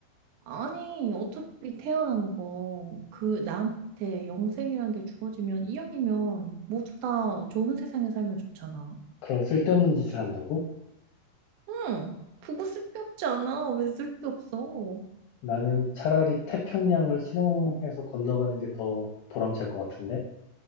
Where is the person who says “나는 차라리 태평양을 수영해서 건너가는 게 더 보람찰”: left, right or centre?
Left